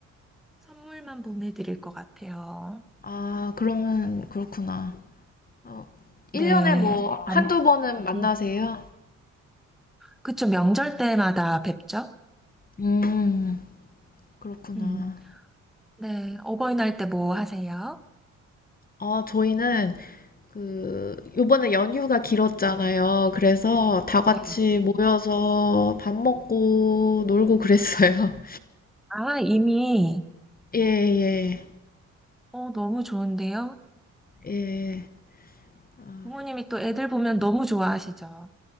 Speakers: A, in the centre; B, on the left (about 30°).
A: 선물만 보내드릴 것 같아요.
B: 아, 그러면 그렇구나. 어, 1년에
A: 네.
B: 뭐
A: 안-
B: 한두 번은 만나세요?
A: 음. 그쵸, 명절 때마다 뵙죠?
B: 음, 그렇구나.
A: 음. 네. 어버이날 때 뭐 하세요?
B: 아, 저희는 그 요번에 연휴가 길었잖아요. 그래서 다 같이
A: 네.
B: 모여서 밥 먹고 놀고 그랬어요.
A: 아, 이미,
B: <laughs> 예, 예,
A: 어, 너무 좋은데요?
B: 예. 아,
A: 부모님이 또 애들 보면 너무 좋아하시죠?